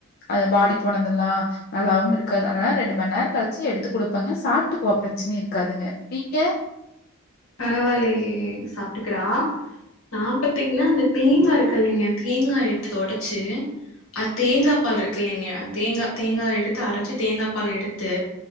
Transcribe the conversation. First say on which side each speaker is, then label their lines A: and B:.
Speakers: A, on the left (about 45°); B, on the left (about 70°).
A: அத வாடி போனதுல்லா நல்லாவும் இருக்காது அதனால ரெண்டு மண் நேரம் கழிச்சி எடுத்து குடுப்பேங்க சாப்ட்டுகுவோ பிரச்சனை இருக்காதுங்க நீங்க
B: பரவால்லயே சாப்ட்டுக்குறா நா பாத்தீங்கன்னா இந்த தேங்கா இருக்குல்லைங்க தேங்கா எடுத்து அத ஒடைச்சி அத் தேங்கா பால் இருக்கு இல்லைங்க அந் தேங்கா தேங்கா எடுத்து அரச்சு தேங்கா பால் எடுத்து